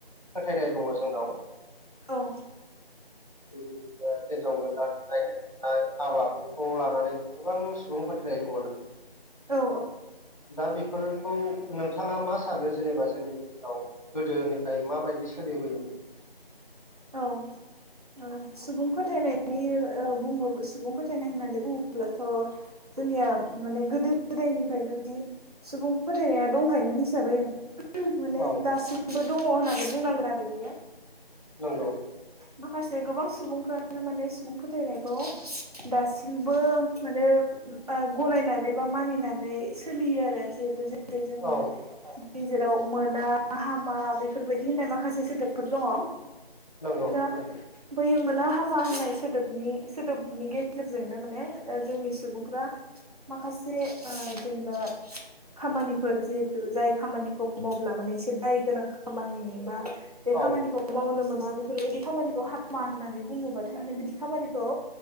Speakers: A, on the left; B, on the right.
A: फोथायनाय दङ जोंनाव। <inaudible>
B: औ
A: बेबायदिनो हिनजाव गोदान नायनो थाखाय हाबाफोरखौ लानानै गोबां सुबुं फोथा <unintelligible>
B: औ
A: दङना दा बेफोरखौ नोंथाङा मा सानो जेनेबा जोंनि गेजेराव गोदोनिफ्राय माबायदि सोलि <unintelligible>
B: औ ओ सुबुं फोथायनायनि बुं सुबुं फोथायनाय होननानै बुङोब्लाथ' जोंनिया माने गोदो गोदायनिफ्रायनो बिदि सुबुं फोथायनाया दंखायोमोन हिसाबै माने
A: औ
B: दासिमबो दङ होननानै बुंनांगोन आरो बियो।
A: नंगौ
B: माखासे गोबां सुबुंफ्रानो माने सुबुं फोथायनाय खौ दासिमबो माने ओ गनायनानै बा मानिनानै सोलि यो आरो जेहेथु जोंनि
A: औ
B: <unintelligible> जेराव मोना हामा बेफोरबायदि होननाय माखासे सोदोबफोर दङ।
A: नंगौ
B: दा
A: नंगौ
B: बै मोना हामा होननाय सोदोबनि सोदोबनि गेजेरजोंनो माने ओ जोंनि सुबुंफ्रा माखासे ओ जेनेबा <inaudible> खामानिफोर जिहेतु जाय खामानिखौ मावब्ला माने एसे दाय गोनां खामानि बा बे
A: औ
B: खामानिखौ मावनो मोना बेफोरबायदि खामानिखौ हामा होननानै बुङोबाथाय माने बिदि खामानिखौ